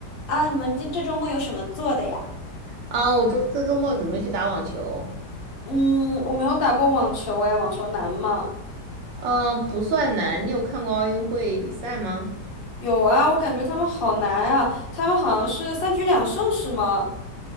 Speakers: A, on the left; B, on the right.
A: 啊，你们今这周末有什么做的呀？
B: 啊，我这这周末准备去打网球。
A: 嗯，我没有打过网球哎，网球难吗？
B: 嗯，不算难。你有看过奥运会比赛吗？
A: 有啊，我感觉他们好难啊，他们好像是三局两胜是吗？